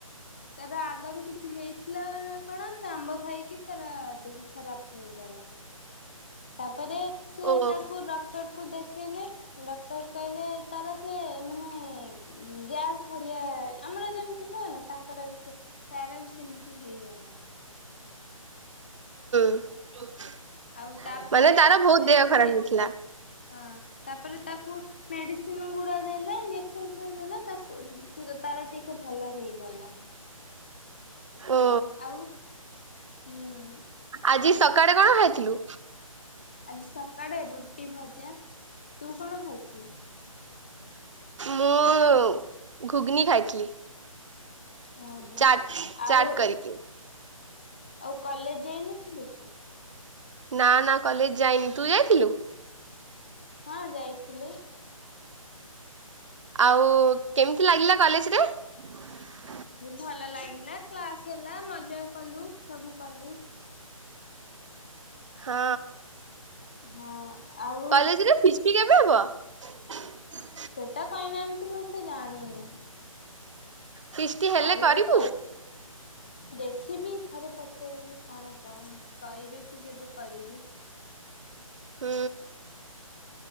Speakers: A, on the left (about 20°); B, on the right (about 60°).
A: ତାର ଆଗରୁ କିଛି ହେଇ ଥି। ଥିଲା ନାକଣ ସେ ଆମ୍ବ ଖାଇ। କି ତାର ଦେହ ଖରାପ ହେଇଗଲା ତାପରେ ସିଏ
B: ଓ
A: ତାକୁ ଡକ୍ଟର କୁ ଦେଖ। ଦେଖେଇଲେ ଡ଼କ୍ଟର କଇଲେ। ତାର ସେ ମାନେ। ଉଁ ଗ୍ୟାସ। ଭଢିଆ ଆମର ଯେମ ତୀ ହଏନା। କରା ଭିସେ ତାର ବି ସେମିତି ହେଇଗଲା।
B: <unintelligible>
A: ଆଉ ତାପରେ
B: ମାନେ ତାର ବହୁତ
A: ଏ
B: ଦେହ ଖରାପ
A: ସେ
B: ହେଇଥିଲା।
A: ହଁ ତାପରେ ତାକୁ ମେଡିସିନ ଗୁଡା ଦେଲା ଇଞ୍ଜେକ୍ସନ। ଦେଲେ ତାକୁ ତ ତାର ଟିକେ ଭଲ ହେଇଗଲା।
B: ଓ
A: ଆଉ ହୁଁ
B: ଆଜି ସକାଳେ କଣ ଖାଇଥିଲୁ।
A: ଆଜି ସକାଳେ ରୁଟ ରୁଟି ଭଜା ତୁ କଣ ଖାଇଥିଲୁ?
B: ମୁଁ ଘୁଗ୍ନୀ ଖାଇଥିଲି।
A: ଓହୋ
B: ଚାଟ୍
A: ଆଉ।
B: ଚାଟ୍ କରିକି।
A: ଆଉ କଲେଜ ଯାଇନଥିଲୁ କି?
B: ନା ନା କଲେଜ ଯାଇନି ତୁ ଯାଇଥିଲୁ।
A: ହଁ ଯାଇଥିଲି।
B: ଆଉ କେମିତି ଲାଗିଲା କଲେଜ ରେ। <unintelligible>
A: ଭଲ ଲାଗିଲା କ୍ଲାସ ହେଲା ମଜା କଲୁ ସବୁ କଲୁ।
B: ହଁ।
A: ହଁ ଆଉ
B: କଲେଜରେ ଫିଷ୍ଟି କେବେ ହବ? <unintelligible>
A: ସେଟା କହିନାହାନ୍ତି ମୁତ ଜାଣିନି?
B: ଫିଷ୍ଟି ହେଲେ
A: କହିବେ
B: କରିବୁ?
A: କହି ଦେଖିବି ଘରେ ପଚାରିବି କଣ କଣ କହିବି? ଯେବେ କରିବି
B: ହୁଁ।